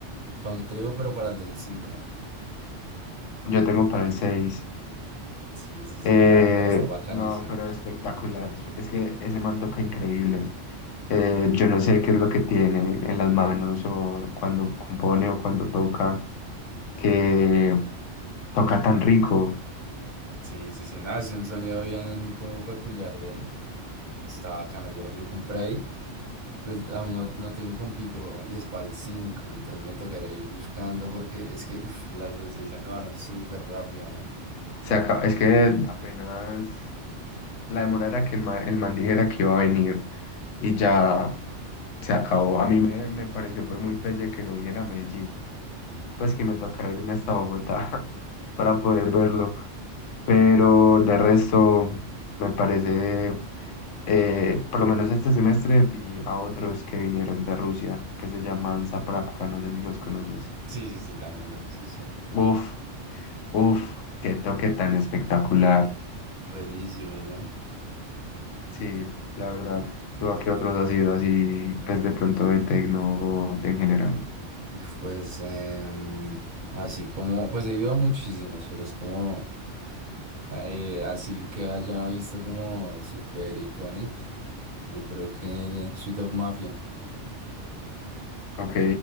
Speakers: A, on the right; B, on the left.
A: Funk Tribu, pero para el del cinco
B: yo tengo para el 6.
A: Sí, sí,
B: Eh,
A: sí. Nada, se va a estar bacanísimo.
B: no, pero espectacular. Es es que ese man toca increíble. Eh, yo no sé qué es lo que tiene en las manos o cuando compone o cuando toca, que toca tan rico.
A: Sí, sí, sí. Nada, es un sonido bien como peculiar de él. Está bacano. Yo, yo compré ahí. Pues aún no, no tengo compito y es para el 5, entonces me tocaría ir buscando porque es que uf, las del 6 se acabaron súper rápido, ¿no?
B: Se acaba- es que apenas la demora era que el man, el man dijera que iba a venir y ya se acabó. A mí me, me pareció fue muy pelle que no viniera a Medellín. Pues que me tocará irme hasta Bogotá <laughs> para poder verlo. Pero de resto, me parece, eh, por lo menos este semestre vi a otros que vinieron de Rusia, que se llaman Zaprapka, no sé si los conoces.
A: Sí, sí, sí, también los escuché.
B: Uf, uf, qué toque tan espectacular.
A: Buenísimos, ¿no?
B: Sí, la verdad. ¿Tú a qué otros has ido así, pues de pronto de tecno o de en general?
A: Uf, pues em, así como, pues he ido a muchísimos, pero es como, eh, así que haya visto como super iconic, yo creo que Suite of Mafia,
B: Ok,